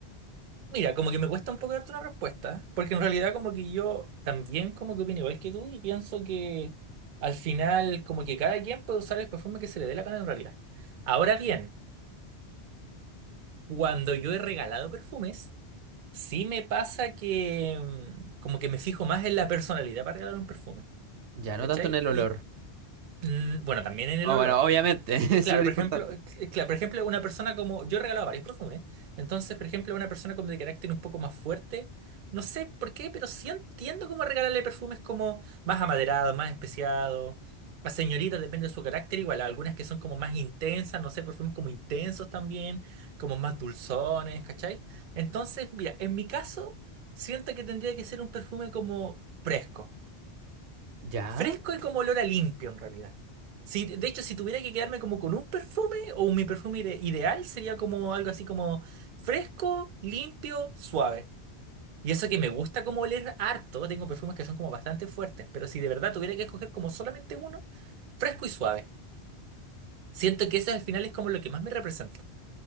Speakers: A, on the right; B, on the right.
A: Mira, como que me cuesta un poco darte una respuesta, ¿eh? porque en realidad como que yo también como que opino igual que tú y pienso que al final como que cada quien puede usar el perfume que se le dé la gana en realidad. Ahora bien, cuando yo he regalado perfumes... Sí me pasa que mm, como que me fijo más en la personalidad para regalar un perfume,
B: Ya,
A: ¿cachai?
B: no tanto en el
A: Y
B: olor.
A: mm, bueno, también en el
B: Oh,
A: olor.
B: bueno, obviamente, <laughs>
A: Claro,
B: es súper
A: por
B: importante.
A: ejemplo, eh, claro, por ejemplo, una persona como, yo he regalado varios perfumes, entonces, por ejemplo, una persona como de carácter un poco más fuerte, no sé por qué, pero sí entiendo cómo regalarle perfumes como más amaderados, más especiados, a señoritas, depende de su carácter, igual, algunas que son como más intensas, no sé, perfumes como intensos también, como más dulzones, ¿cachai? Entonces, mira, en mi caso, siento que tendría que ser un perfume como fresco.
B: Ya,
A: Fresco y como olor a limpio en realidad. Si, de hecho, si tuviera que quedarme como con un perfume o mi perfume ide- ideal sería como algo así como fresco, limpio, suave. Y eso que me gusta como oler harto, tengo perfumes que son como bastante fuertes, pero si de verdad tuviera que escoger como solamente uno, fresco y suave. Siento que ese al final es como lo que más me representa.